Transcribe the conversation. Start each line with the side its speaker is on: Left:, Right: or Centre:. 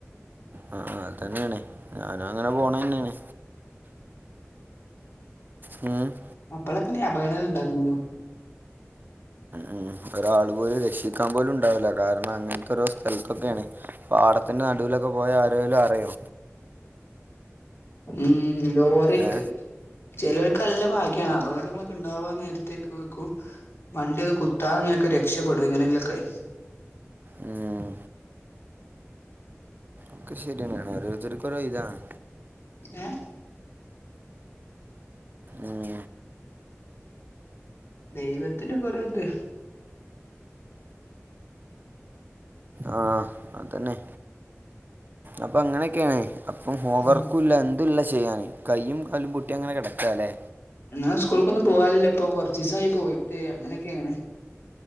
Right: ആ അത് തന്നെയാണ് ഞാനും അങ്ങനെ പോണ തന്നെയാണ് ഉം
Left: അപ്പോളൊക്കെ അപഗണനകൾ ഇണ്ടാക്കുന്നു
Right: ഉം. ഒരാൾ പോലും രക്ഷിക്കാൻ പോലും ഉണ്ടാവില്ല കാരണം അങ്ങനത്തെ ഒരു സ്ഥലത്തൊക്കെയാണ് പാടത്തിന്റെ നടുവിലൊക്കെ പോയാ ആരേലും അറിയോ
Left: ഉം ലോറിക്ക്
Right: ഏ
Left: ചിലർക്ക് ഭാഗ്യ- അപകടങ്ങളൊക്കെ ഉണ്ടാവാൻ നേരത്തേക്ക് വെക്കും വണ്ടിയൊന്നും കുത്താതെ അങ്ങനെയൊക്കെ രക്ഷ പ്പെടും എങ്ങനെയെങ്കിലുമൊക്കെ
Right: ഉം. ഒക്കെ ശരിയെയാണ് ഓരോരുത്തർക്കും ഓരോ ഇതാണ്
Left: ഏ
Right: ഉം
Left: ദൈവത്തിന്റെ കുറ <unintelligible>
Right: ആ അതന്നെ അപ്പൊ അങ്ങനെയൊക്കെയാണ് അപ്പം ഹോംവർക്കുല്ല
Left: ഉം
Right: അതല്ല ചെയ്യാന് കൈയ്യും കാലും പൊട്ടിയ അങ്ങനെ കിടക്കുകല്ലെ
Left: എങ്ങനെ സ്കൂൾക്കൊന്നും പോവാലില്ല ഇപ്പൊ കൊറച്ച് ദിവസമായി പോയിട്ട് അങ്ങനെയൊക്കെയാണ്